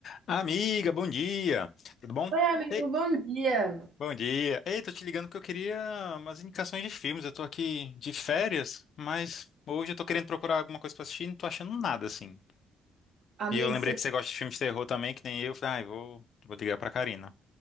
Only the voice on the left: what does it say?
Amiga, bom dia. Tudo bom?
Ei,
Bom dia. Ei, tô te ligando porque eu queria umas indicações de filmes. Eu tô aqui de férias, mas hoje eu tô querendo procurar alguma coisa pra assistir e não tô achando nada assim.
E eu lembrei
que você gosta de filmes de terror também, que nem eu. Falei, ai, vou, vou ligar pra Karina.